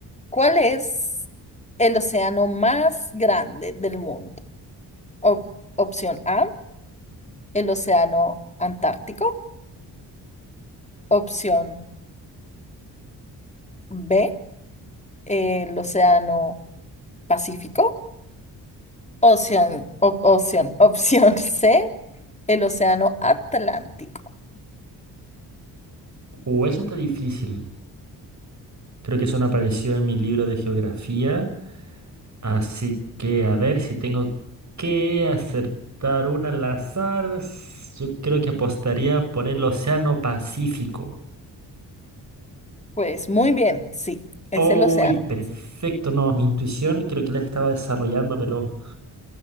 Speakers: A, on the left; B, on the right.
A: ¿Cuál es el océano más grande del mundo? Op- opción A, el océano Antártico. Opción B, el océano Pacífico. Opción, op- opción, <laughs> opción C, el océano Atlántico.
B: Uh, eso está difícil. Creo que eso no apareció en mi libro de geografía. Así que a ver si tengo que acertar una al azar. S- Yo creo que apostaría por el Océano Pacífico.
A: Pues muy bien, sí, es
B: ¡Uy!
A: el océano.
B: perfecto, no, mi intuición creo que la estaba desarrollando, pero